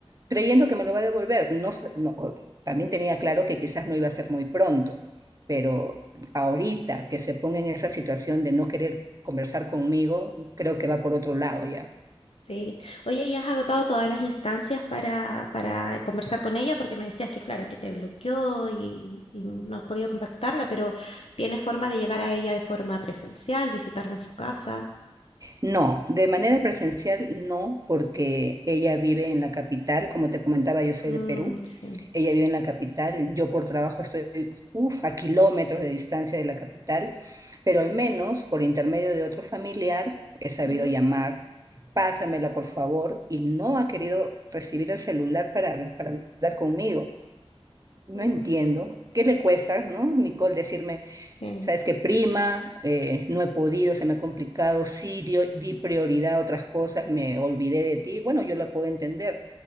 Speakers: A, on the right; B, on the left.
A: creyendo que me lo va a devolver. No, sé- no, también tenía claro que quizás no iba a ser muy pronto, pero ahorita que se ponga en esa situación de no querer conversar conmigo, creo que va por otro lado ya.
B: Sí. Oye, ¿y has agotado todas las instancias para, para conversar con ella? Porque me decías que, claro, que te bloqueó y, y no has podido contactarla, pero ¿tienes forma de llegar a ella de forma presencial, visitarla en su casa?
A: No, de manera presencial no, porque ella vive en la capital, como te comentaba, yo soy
B: Mm,
A: de Perú,
B: sí.
A: ella vive en la capital, yo por trabajo estoy uf, a kilómetros de distancia de la capital, pero al menos por intermedio de otro familiar he sabido
B: Ujú.
A: llamar, pásamela por favor, y no ha querido recibir el celular para, para hablar conmigo. No
B: Mm,
A: entiendo, ¿qué le cuesta, no, Nicole, decirme,
B: sí,
A: Sabes que prima, eh, no he podido, se me ha complicado, sí dio- di prioridad a otras cosas, me olvidé de ti. Bueno, yo la puedo entender,